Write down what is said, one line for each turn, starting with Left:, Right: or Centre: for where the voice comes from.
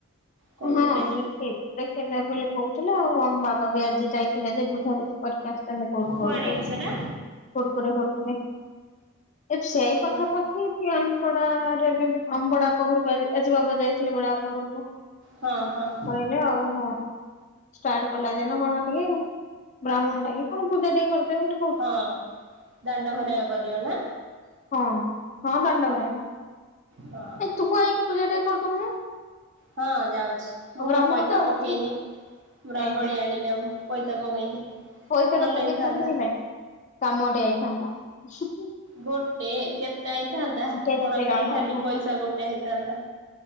Right: କହୁଥିଲେ
Left: ହଁ
Right: ଯୋଉ
Left: ଦେଖେଇ ଦେଖେଇବେ ବୋଲି କହୁଥିଲେ ଆଉ ଆମ ବାବା ବି ଆଜି ଯାଇଥିଲେ ଯେ ବୁଝାବୁଝି। କରିକି ଆସିଛନ୍ତି କୋଉଠୁ
Right: କୁଆଡେ
Left: କୋଉଠୁ ସବୁ
Right: କି ସେଟା
Left: କୋଉ ରୁପରେ ଏ ସେଇ ଇ ପାଖାପାଖି
Right: ହଁ
Left: କି କିଆନ୍ ପଡ଼ା ରେ ବି ବଡା ପ ଘରକୁ ଆଜିିବାବ ଯାଇଥିଲେ ବଡା ପା ଘରକୁ।
Right: ହଁ ହଁ।
Left: ହେଲେ ଆଉ ହଁ। ଷ୍ଟାର୍ଟ କଲା ଦିନ କଣ ଟିକେ ବ୍ରାହ୍ମଣ ଡାକି କଣ ପୂଜା ଟିକେ କରିଦିବୁ ଟ୍
Right: ହଁ ଦାଣ୍ଡ ଘରେ କରିବ ନା?
Left: ହଁ, ହଁ ଦଣ୍ଡବରେ।
Right: ହଁ
Left: ଆ ତୁ ଆଇକି ପୂଜା ଟିକେ କରିଦଉନୁ?
Right: ହଁ ଯାଉଛି ମୁଁ
Left: ବ୍ରାହ୍ମଣ
Right: ପା ପଇତା
Left: ତ ଆଉ
Right: ପକେଇନି ବ୍ରାହ୍ମଣୀଆଣିି
Left: ଏ ହେ
Right: ଟା ମୁଁ। ପଇତା ପକେଇନି ନହେଲେ
Left: ପଇସା ଟା ପକେଇଥାନ୍ତା
Right: ହେଥାନ୍ତା।
Left: କି ନାଇଁ କାମ ଟେ ଆଇଥାନ୍ତା, ଉଁ ଉ।
Right: ଗୋଟେ କେତେ ହେଇଥାନ୍ତା
Left: କେତେ
Right: ପଣା ଖାଇ
Left: କାମ
Right: ଖାଲି
Left: ଆଇଥାନ୍ତା
Right: ପଇସା ଗୋଟେ ହେଇଥାନ୍ତା।